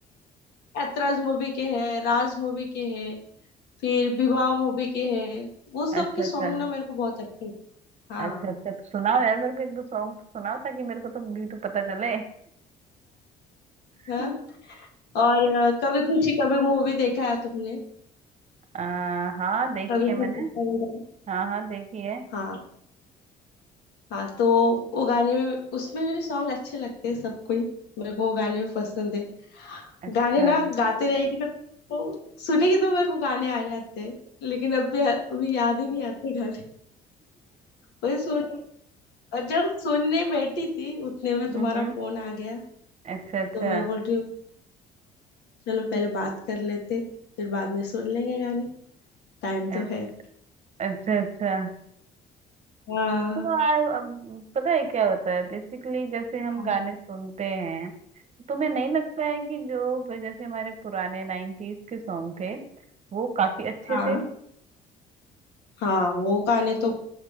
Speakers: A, on the left; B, on the right.
A: ऐतराज मूवी के हैं राज मूवी के हैं फिर विवाह मूवी के हैं वो
B: अच्छा
A: सब के सॉन्ग
B: अच्छा
A: ना मेरे को बहुत अच्छे लगते हैं।
B: अच्छा
A: हाँ
B: अच्छा तो सुनाओ यार मेरे को एक दो सॉन्ग तो सुनाओ ताकि मेरे को तो भी तो पता चले <laughs>
A: हाँ और अ, कभी खुशी कभी मूवी देखा है तुमने
B: आ, हाँ देखी
A: कभी
B: है मैंने
A: खुशी कभी गम
B: हाँ हाँ देखी है
A: हाँ हाँ तो वो गाने में उसमें भी सॉन्ग अच्छे लगते हैं सबको ही मेरे को वो गाने भी पसंद है
B: अच्छा
A: गाने ना
B: हम्म
A: गाते रहेगी तो, तो सुनेगी तो मेरे को गाने आ जाते हैं लेकिन अभी अभी याद ही नहीं आते गाने वही सुन रही- और जब सुनने बैठी थी उतने में
B: हम्म
A: तुम्हारा फोन आ गया
B: अच्छा अच्छा
A: तो मैं बोल रही हूँ चलो पहले बात कर लेते फिर बाद में सुन लेंगे गाने टाइम
B: अ-
A: तो है
B: अच्छा अच्छा
A: हाँ
B: तो आ, अब पता है क्या होता है बेसिकली जैसे हम
A: हाँ
B: गाने सुनते हैं तो तुम्हें नहीं लगता है कि जो जैसे हमारे पुराने नाइन्टीज के सॉन्ग थे वो काफी अच्छे
A: हाँ
B: थे
A: हाँ वो गाने तो